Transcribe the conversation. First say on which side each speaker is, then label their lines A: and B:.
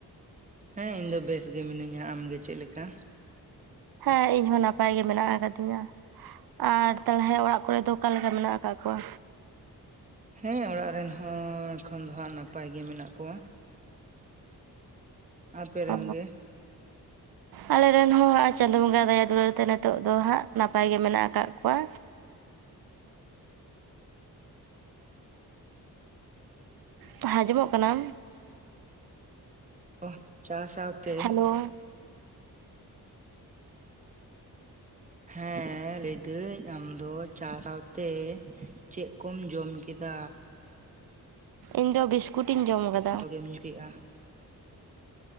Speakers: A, on the right; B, on the right.
A: ᱦᱮᱸ ᱤᱧ ᱫᱚ ᱵᱮᱥ ᱜᱮ ᱢᱤᱱᱟᱹᱧᱟ᱾ ᱟᱢ ᱜᱮ ᱪᱮᱫ ᱞᱮᱠᱟ?
B: ᱦᱮᱸ ᱤᱧ ᱦᱚᱸ ᱱᱟᱯᱟᱭ ᱜᱮ ᱢᱮᱱᱟᱜ ᱟᱠᱟ ᱫᱤᱧᱟ᱾ ᱟᱨ ᱛᱟᱦᱞᱮ ᱚᱲᱟᱜ ᱠᱚᱨᱮ ᱫᱚ ᱚᱠᱟ ᱞᱮᱠᱟ ᱢᱮᱱᱟᱜ ᱟᱠᱟᱜ ᱠᱚᱣᱟ?
A: ᱦᱮᱸ ᱚᱲᱟᱜ ᱨᱮᱱ ᱦᱚᱸ ᱮᱠᱷᱚᱱ ᱫᱚ ᱦᱟᱸᱜ ᱱᱟᱯᱟᱭ ᱜᱮ ᱢᱮᱱᱟᱜ ᱠᱚᱣᱟ᱾ ᱟᱯᱮ ᱨᱮᱱ
B: ᱚ
A: ᱜᱮ
B: ᱟᱞᱮ ᱨᱮᱱ ᱦᱚᱸ ᱦᱟᱸᱜ ᱪᱟᱸᱫᱳ ᱵᱚᱸᱜᱟ ᱫᱟᱭᱟ ᱫᱩᱞᱟᱹᱲ ᱛᱮ ᱱᱤᱛᱚᱜ ᱫᱚ ᱦᱟᱸᱜ ᱱᱟᱯᱟᱭ ᱜᱮ ᱢᱮᱱᱟᱜ ᱠᱟᱜ ᱠᱚᱣᱟ᱾ ᱦᱮᱸ ᱦᱟᱸᱡᱚᱢᱚᱜ ᱠᱟᱱᱟ?
A: <unintelligible> ᱥᱟᱶ ᱥᱟᱶ ᱛᱮ
B: ᱦᱮᱞᱳ
A: ᱦᱮᱸ ᱞᱟᱹᱭ ᱫᱟᱹᱧ ᱟᱢ ᱫᱚ ᱪᱟ ᱥᱟᱶ ᱛᱮ ᱪᱮᱜ ᱠᱚᱢ ᱡᱚᱢ ᱠᱮᱫᱟ?
B: ᱤᱧ ᱫᱚ ᱵᱤᱥᱠᱩᱴ ᱤᱧ ᱡᱚᱢ ᱠᱟᱫᱟ᱾
A: <unintelligible> ᱧᱩ ᱠᱮᱜᱼᱟ᱾